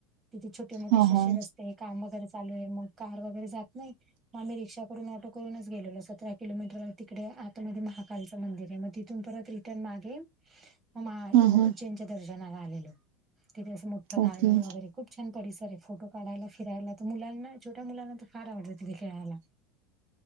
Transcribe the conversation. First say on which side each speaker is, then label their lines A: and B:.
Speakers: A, on the right; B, on the right.
A: तिथे छोटे मोठे
B: हा
A: शे असे
B: हा
A: रस्ते कामं करं चालू ये मग कार वगैरे जात नाही. म आम्ही रिक्षा करून ऑटो करूनच गेलो सतरा किलोमीटर तिकडे आतमध्ये महाकालचं मंदिर ये, म तिथून परत रि टन मागे म मा
B: हा हा
A: उज्जैनच्या दर्शनाला आलेलो तिथे असं मो मोठ्ठ
B: ओके
A: गार्डन वगैरे खूप- छान परिसर ये. फोटो काढायला फिरायला त मुलांना छोट्या मुलांना तर फार आवडल तिथे खेळायला